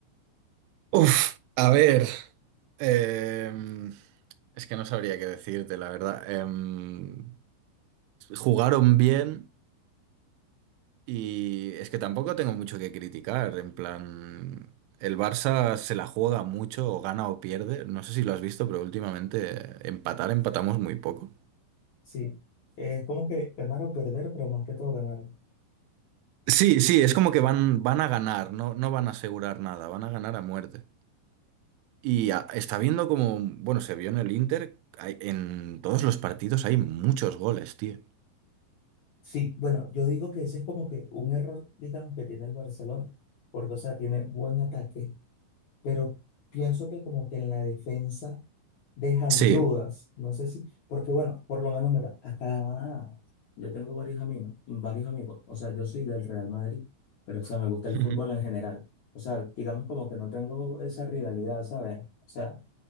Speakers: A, on the right; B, on the left.
A: Uf, a ver. em, es que no sabría qué decirte, la verdad. Em, Jugaron bien y es que tampoco tengo mucho que criticar. En plan, el Barça se la juega mucho, o gana o pierde. No sé si lo has visto, pero últimamente empatar, empatamos muy poco.
B: Sí, es como que ganar o perder, pero más que todo ganar.
A: Sí, sí, es como que van, van a ganar, no, no van a asegurar nada, van a ganar a muerte. Y a- está viendo como, bueno, se vio en el Inter, hay- en todos los partidos hay muchos goles, tío.
B: Sí, bueno, yo digo que ese es como que un error, digamos, que tiene el Barcelona, porque, o sea, tiene buen ataque, pero pienso que como que en la defensa dejan
A: Sí.
B: dudas. No sé si, porque bueno, por lo menos mira, acá yo tengo varios amigos, varios amigos. O sea, yo soy del Real Madrid, pero o sea, me gusta el
A: Ujú.
B: fútbol en general. O sea, digamos como que no tengo esa rivalidad, ¿sabes? O sea,